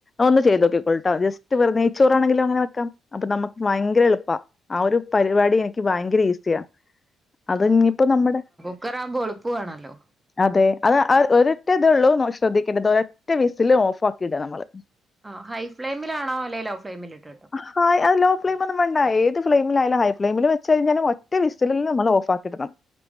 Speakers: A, on the left; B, on the right.
A: ഒന്ന് ചെയ്തോക്കിക്കോൾട്ടോ ജസ്റ്റ് വെറുതെ നെയ്ച്ചോറാണെങ്കിലും അങ്ങനെ വെക്കാം അപ്പം നമ്മക്ക് ഭയങ്കര എളുപ്പാ ആഹ് ഒരു പരിപാടി എനിക്ക് ഭയങ്കര ഈസിയാ അത് ഇനിപ്പോ നമ്മടെ
B: കുക്കറാവുമ്പോ എളപ്പുവാണല്ലോ
A: അതെ അത് ഒരൊറ്റ ഇതേ ഒള്ളൂ ശ്രദ്ധിക്കേണ്ടത് ഒരൊറ്റ വിസില് ഓഫ് ആക്കിയിടുക നമ്മള്
B: ആഹ് ഹൈ ഫ്ലേമിലാണോ അല്ലേ ലോ ഫ്ലേമിലിട്ട
A: ഹായ് അത് ലോഫ്ളേം ഒന്നും വേണ്ട ഏത് ഫ്ലെയിമിലായാലും ഹൈ ഫ്ലയിമിൽ വെച്ച് കഴിഞ്ഞാലും ഒറ്റ വിസലിൽ നമ്മൾ ഓഫാക്കി ഇടണം